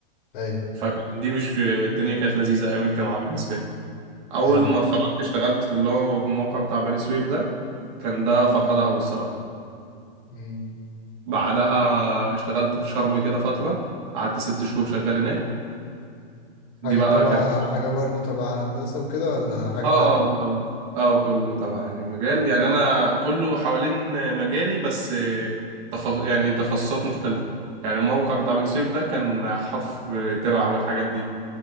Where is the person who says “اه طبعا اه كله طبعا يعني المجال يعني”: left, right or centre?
Right